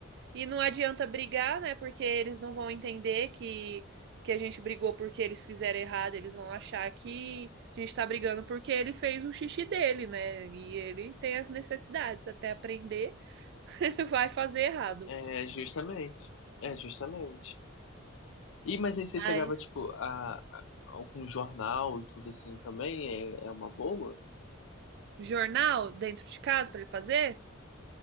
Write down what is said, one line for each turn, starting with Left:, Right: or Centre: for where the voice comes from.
Right: E não adianta brigar, né? Porque eles não vão entender que, que a gente brigou porque eles fizeram errado. Eles vão achar que a gente tá brigando porque ele fez o xixi dele, né? E ele tem as necessidades. Até aprender, <laughs> ele vai fazer errado.
Left: É, justamente. É, justamente. E, mas aí você
Right: Ai.
Left: chegava, tipo, a, a, algum jornal e tudo assim também, é, é uma boa?
Right: Jornal dentro de casa pra ele fazer?